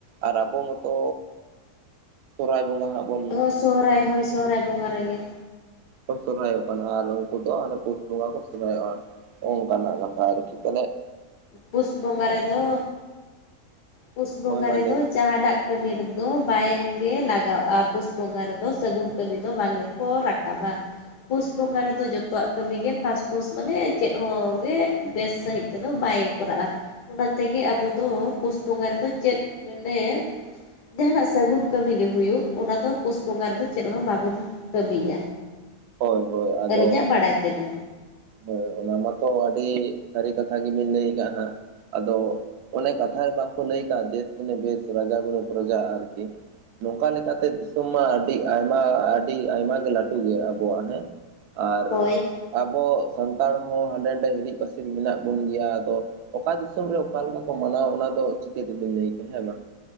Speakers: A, on the right; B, on the left.
A: ᱟᱨ ᱟᱵᱚ ᱢᱚᱛᱚ ᱥᱚᱦᱚᱨᱟᱭ ᱵᱚᱸᱜᱟ ᱦᱟᱸᱜ ᱵᱚᱱ
B: ᱦᱳ ᱥᱚᱦᱨᱟᱭ ᱦᱳᱭ ᱥᱚᱦᱨᱟᱭ ᱵᱚᱸᱜᱟ ᱨᱮᱜᱮ᱾
A: ᱠᱚ ᱥᱚᱨᱦᱟᱭᱚᱜ ᱠᱟᱱᱟ ᱟᱨ ᱩᱱᱠᱩ ᱫᱚ ᱯᱩᱥ ᱵᱚᱸᱜᱟ ᱠᱚ ᱥᱚᱨᱦᱟᱭᱚᱜᱼᱟ᱾ ᱳᱱᱠᱷᱟᱱᱟᱜ ᱠᱟᱛᱷᱟ ᱟᱨᱠᱤ ᱛᱟᱞᱮ
B: ᱯᱩᱥ ᱵᱚᱸᱜᱟ ᱨᱮᱫᱚ ᱯᱩᱥ ᱵᱚᱸᱜᱟ
A: ᱦᱳᱭ ᱢᱟ
B: ᱨᱮᱫᱚ
A: ᱞᱟᱹᱭ ᱢᱮ
B: ᱡᱟᱦᱟᱱᱟᱜ ᱠᱟᱹᱢᱤ ᱨᱮᱫᱚ ᱵᱟᱭᱝᱜᱮ ᱞᱟᱳᱜᱟᱜᱼᱟ᱾ ᱯᱩᱥ ᱵᱚᱸᱜᱟ ᱨᱮᱫᱚ ᱥᱟᱹᱜᱩᱱ ᱠᱟᱹᱢᱤ ᱫᱚ ᱵᱟᱝ ᱜᱮᱠᱚ ᱨᱟᱠᱟᱵᱟ᱾ ᱯᱩᱥ ᱵᱚᱸᱜᱟ ᱨᱮᱫᱚ ᱡᱚᱛᱚᱣᱟᱜ ᱠᱟᱹᱢᱤᱜᱮ ᱯᱟᱥᱯᱩᱥ ᱢᱟᱱᱮ ᱪᱮᱫ ᱦᱚᱸ ᱜᱮ ᱵᱮᱥ ᱥᱟᱹᱦᱤᱡ ᱛᱮᱫᱚ ᱵᱟᱭ ᱠᱚᱨᱟᱜᱼᱟ ᱚᱱᱟ ᱛᱮᱜᱮ ᱟᱵᱚ ᱫᱚ ᱯᱩᱥ ᱵᱚᱸᱜᱟ ᱨᱮᱫᱚ ᱪᱮᱫ ᱢᱮᱱᱮ ᱡᱟᱦᱱᱟᱜ ᱥᱟᱹᱜᱩᱱ ᱠᱟᱹᱢᱤ ᱜᱮ ᱦᱩᱭᱩᱜ ᱚᱱᱟ ᱫᱚ ᱯᱩᱥ ᱵᱚᱸᱜᱟ ᱨᱮᱫᱚ ᱪᱮᱫ ᱦᱚᱸ ᱵᱟᱵᱚᱱ ᱠᱟᱹᱢᱤᱭᱟ
A: ᱦᱳᱭ ᱦᱳᱭ ᱟᱫᱚ
B: ᱟᱹᱞᱤᱧᱟᱜ ᱵᱟᱲᱟᱭ ᱛᱮᱫᱚ
A: ᱦᱳᱭ ᱚᱱᱟ ᱢᱟᱛᱚ ᱟᱹᱰᱤ ᱥᱟᱹᱨᱤ ᱠᱟᱛᱷᱟ ᱜᱮᱵᱤᱱ ᱞᱟᱹᱭ ᱟᱠᱟᱫ ᱦᱟᱸᱜ᱾ ᱟᱫᱚ ᱚᱱᱮ ᱠᱟᱛᱷᱟ ᱨᱮ ᱵᱟᱝᱠᱚ ᱞᱟᱹᱭ ᱠᱟᱜᱼᱟ ᱫᱮᱥ ᱜᱩᱱᱮ ᱵᱮᱥ ᱨᱟᱡᱟ ᱜᱩᱱᱮ ᱯᱨᱚᱡᱟ ᱟᱨᱠᱤ ᱱᱚᱝᱠᱟ ᱞᱮᱠᱟᱛᱮ ᱫᱤᱥᱚᱢ ᱢᱟ ᱟᱹᱰᱤ ᱟᱭᱢᱟ ᱟᱹᱰᱤ ᱟᱭᱢᱟ ᱜᱮ ᱞᱟᱹᱴᱩ ᱜᱮᱭᱟ ᱳᱣᱟᱜ ᱦᱮᱸ᱾ ᱟᱨ
B: ᱦᱳᱭ
A: ᱟᱵᱚ ᱥᱟᱱᱛᱟᱲ ᱦᱚᱸ ᱦᱟᱸᱰᱮ ᱱᱟᱰᱮ ᱦᱤᱨᱤᱡ ᱯᱟᱹᱥᱤᱨ ᱢᱮᱱᱟᱜ ᱵᱚᱱ ᱜᱮᱭᱟ ᱟᱫᱚ ᱚᱠᱟ ᱫᱤᱥᱚᱢ ᱨᱮ ᱚᱠᱟ ᱞᱮᱠᱟ ᱠᱚ ᱢᱟᱱᱟᱣ ᱚᱱᱟ ᱫᱚ ᱪᱤᱠᱟᱹ ᱛᱮᱵᱤᱱ ᱞᱟᱹᱭ ᱠᱮᱭᱟ ᱦᱮᱸ ᱵᱟᱝ